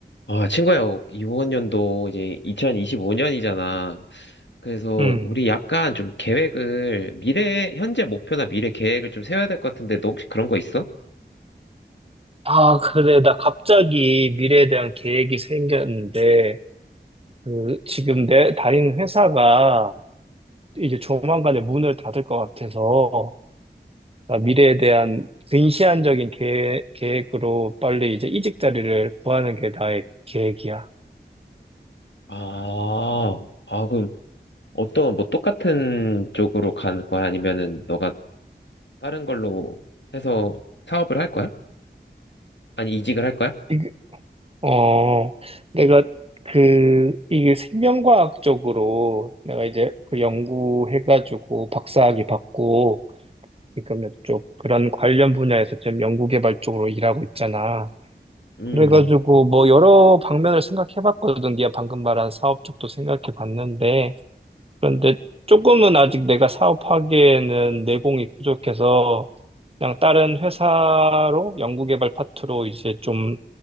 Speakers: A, on the left; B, on the right.
A: 아, 친구야, 이번 연도 이제 2025년이잖아. 그래서
B: 음.
A: 우리 약간 좀 계획을, 미래, 현재 목표나 미래 계획을 좀 세워야 될 것 같은데, 너 혹시 그런 거 있어?
B: 아, 그래. 나 갑자기 미래에 대한 계획이 생겼는데, 그, 지금 내 다니는 회사가 이제 조만간에 문을 닫을 것 같아서, 나 미래에 대한 근시안적인 계획, 계획으로 빨리 이제 이직 자리를 구하는 게 나의 계획이야.
A: 아, 아, 그, 어떤, 뭐, 똑같은 쪽으로 간 거야? 아니면은, 너가 다른 걸로 해서 사업을 할 거야? 아니, 이직을 할 거야?
B: 이게- 어, 내가 그, 이게 생명과학 적으로 내가 이제 그 연구해가지고 박사학위 받고, 지금 이쪽 그런 관련 분야에서 지금 연구개발 쪽으로 일하고 있잖아.
A: 음,
B: 그래가지고 뭐 여러 방면을 생각해봤거든. 네가 방금 말한 사업 쪽도 생각해봤는데 그런데 조금은 아직 내가 사업하기에는 내공이 부족해서 그냥 다른 회사로 연구개발 파트로 이제 좀